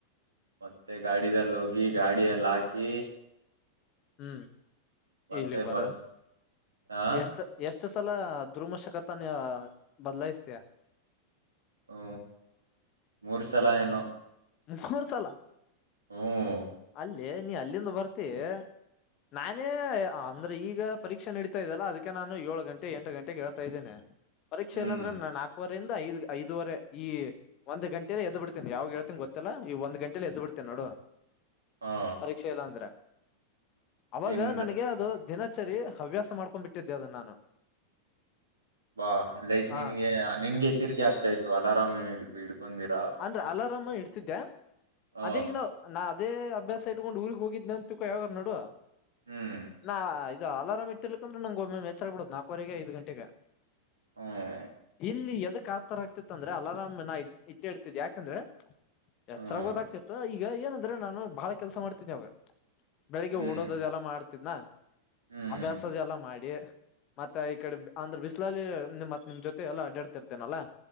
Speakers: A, on the right (about 75°); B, on the left (about 35°).
A: ಮತ್ತೆ ಗಾಡಿದಲ್ ಹೋಗಿ ಗಾಡಿ ಅಲ್ ಹಾಕಿ
B: ಹ್ಮ್
A: ಮತ್ತೆ
B: ಇಲ್ಲಿಗ್ ಬಾರ
A: ಬಸ್ ಆ
B: ಎಷ್ಟ. ಎಷ್ಟು ಸಲ ದುರ್ಮಶಕತನ ಬದಲಾಯಿಸ್ತೀಯಾ.
A: ಹಾ ಮೂರು ಸಲ ಏನೋ.
B: ಹಾದ್ಮೂರ್ ಸಲ
A: ಹ್ಮ್
B: ಅಲ್ಲ ಲೆ ನೀ ಅಲ್ಲಿಂದ ಬರ್ತಿವ್ ನಾನೇ ಹೇ ಅಂದ್ರ ಈಗಾ ಪರೀಕ್ಷ ನಡೆತಾ ಇದೇ ಅಲಾ ಅದಕ್ಕೆ ನಾನು ಏಳು ಗಂಟೆ ಎಂಟು ಗಂಟೆಗೆ ಹೇಳ್ತಾ ಇದ್ದೇನೆ. ಪರೀಕ್ಷೆ
A: ಹ್ಮ್
B: ಇಲ್ಲ ಅಂದ್ರ ನಾಕು ಇುವಂದ ಐದು ಐದವರೆ ಈ ಒಂದು ಗಂಟೆೇ ಎದ್ ಬಿಡ್ತೇ ಯಾವಾಗ ಹೇಳ್ತೀ ಗೊತ್ತ. ಇಲ್ಲ ಈ ಒಂದ ಗಂಟೆಲಿ ಎದ್ ಬಿಡ್ತೇನೆ ನೋಡು.
A: ಹಾ
B: ಶಕ್ಷ ಇಲ್ಲ ಅಂದ್ರೆ ಅವಾಗ
A: ನಿನ್
B: ನನಗೆ ಅದು ದಿನ ಸರಿ ಹವ್ಯಾಸ ಮಾಡ್ಕೊಂಡ್ ಬಿಟ್ಟಿದ್ದೆ ಅದನ್ನ ನಾನು.
A: ಬಾ ಲೈಕ್
B: ಹ
A: ನಿನ್ಗೆ ನಿನ್ಗೆ ಎಚ್ಚರಿಕೆ ಆಗ್ತಾ ಇತ್ತು ಅಲಾರಾಮ್ ಹಿಡ್ಕೊಂಡಿರ.
B: ಅಂದ್ರೆ ಅಲಾರಾಮ ಇಡ್ತಿದ್ದೆ
A: ಹ
B: ಅದೀಗ ನಾ ನಾ ಅದೇ ಅಭ್ಯಾಸ ಇಟ್ಕೊಂಡು ಊರಿಗೆಗ್ ಹೋಗಿದ್ೆ ಅಂತಕ ಯಾವಾರ ನೋಡುುವ.
A: ಹ್ಮ್
B: ನಾ ಇದು ಅಲಾರಾಮ್ ಇತಿರ್ಕಂದ್ರ ನಂಗಗೆ ಒ ಎಚ್ಚರ ಬಿಡುದು ನಾಲ್ಕವರೆಗೆ ಐದು ಗಂಟೆಗೆ.
A: ಹಾ
B: ಇಲ್ಲಿ ಎದಕ್ ಆಥರ ಆಗ್ತಿತ್ತ ಅಂದ್ರೆ ಅಲಾರಾಮ ನ ಇಟ್ಟಿ ಇಡ್ತಿದ್ ಯಾಕಂದ್ರೆ ಎಚ್ಚರಾಗ
A: ಹ್ಮ್
B: ಗೊದಾಗ್ತಿತ್ತು ಈಗ ಏನಂದ್ರೆ ನಾನು ಬಾಳ ಕೆಲ್ಸ ಮಾಡ್ತೀನಿ ಅವಾಗ. ಬೆಳಿಗ್ಗೆ
A: ಹ್ಮ್
B: ಓಡೋದದೆ ಎಲ್ಲ ಮಾಡ್ತಿದ್ನ
A: ಹ್ಮ್
B: ಅಭ್ಯಾಸದೆ ಎಲ್ಲ ಮಾಡಿ. ಮತ್ತೆ ಈ ಕಡೆ ಅಂದ್ರೆ ಬಿಸಿ್ಲಲ್ಲಿ ಮತ್ ನಿಮ್ ಜೊತೆ ಎಲ್ಲಾ ಅಡಾಡ್ತಿ ಇರ್ತೇನಲ್ಲಾ.